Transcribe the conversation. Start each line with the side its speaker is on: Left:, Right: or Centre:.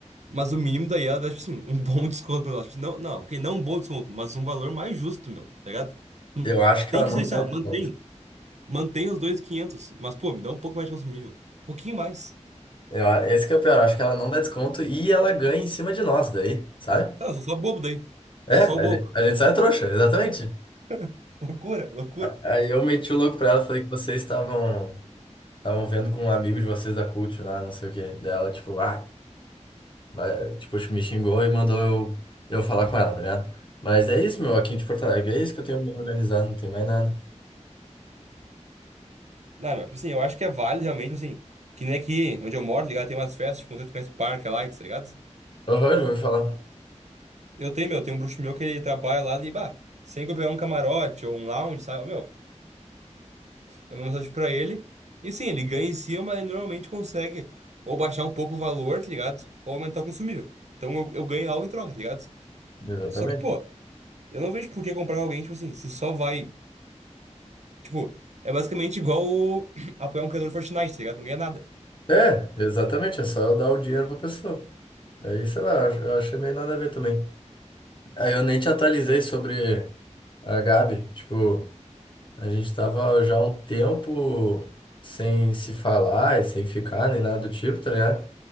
Right: Mas o mínimo daí era, tipo assim, um bom <laughs> desconto pra nós. Tipo, não, não, ok, não um bom desconto, mas um valor mais justo, meu, tá ligado?
Left: Eu acho que
Right: Nem
Left: ela
Right: que
Left: não
Right: seja
Left: dá
Right: assim,
Left: desconto.
Right: ó, mantém. Mantém os 2.500 mas, pô, me dá um pouco mais de consumível. Um pouquinho mais.
Left: Eu, a- esse que é o pior, eu acho que ela não dá desconto e ela ganha em cima de nós daí, sabe?
Right: Tá, eu sou só bobo daí.
Left: É,
Right: Sou
Left: a
Right: só o bobo.
Left: gente, a gente sai trouxa, exatamente.
Right: <laughs> Loucura, loucura.
Left: Aí eu meti o louco pra ela, falei que vocês estavam. Estavam vendo com um amigo de vocês da Culture lá, não sei o quê. Dela, tipo, ah, vai- tipo, me xingou e mandou eu, eu falar com ela, tá ligado? Mas é isso, meu, aqui de Porto Alegre. É isso que eu tenho me organizado, não tem mais nada.
Right: Não, não, tipo assim, eu acho que é válido realmente, tipo assim, que nem aqui onde eu moro, tá ligado? Tem umas festas, tipo, não sei se tu conhece o Parque lá, tá ligado?
Left: Aham, já ouvi falar.
Right: Eu tenho, meu, tem um bruxo meu que ele trabalha lá e, bah, sem que eu pegar um camarote ou um lounge, sabe? Ô, Meu, É uma mensagem pra ele. E sim, ele ganha em cima, mas ele normalmente consegue ou baixar um pouco o valor, tá ligado? Ou aumentar o consumível. Então eu, eu ganho algo em troca, tá ligado?
Left: Exatamente.
Right: Só que, pô, eu não vejo por que comprar alguém, tipo assim, se só vai. Tipo, é basicamente igual o- <clears throat> apoiar um criador de Fortnite, tá ligado? Não ganha nada.
Left: É, exatamente, é só eu dar o dinheiro pra pessoa. Aí, sei lá, eu ach- eu achei meio nada a ver também. Aí eu nem te atualizei sobre a Gabi. Tipo, a gente tava já há um tempo sem se falar e sem ficar, nem nada do tipo, tá ligado?